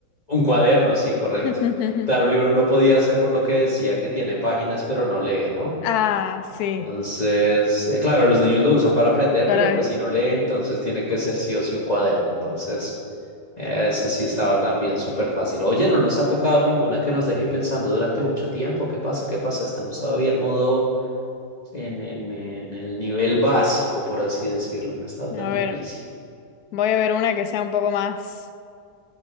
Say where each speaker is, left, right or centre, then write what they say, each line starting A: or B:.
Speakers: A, on the left (about 25°); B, on the left (about 75°).
A: un cuaderno, sí, correcto.
B: <laughs>
A: Claro, un libro no podía ser por lo que decía que tiene páginas, pero no lee, ¿no?
B: Ah, sí.
A: Entonces, eh, claro, los niños lo usan para aprender,
B: Para,
A: pero pues si no lee, entonces tiene que ser sí o sí un cuaderno. Entonces, eh, eso sí estaba también súper fácil. Oye, no nos ha tocado ninguna que nos deje pensando durante mucho tiempo. ¿Qué pasa? ¿Qué pasa? Estamos todavía en modo, en, en, en el nivel básico, por así decirlo. No ha estado tan
B: a
A: difícil.
B: ver, voy a ver una que sea un poco más,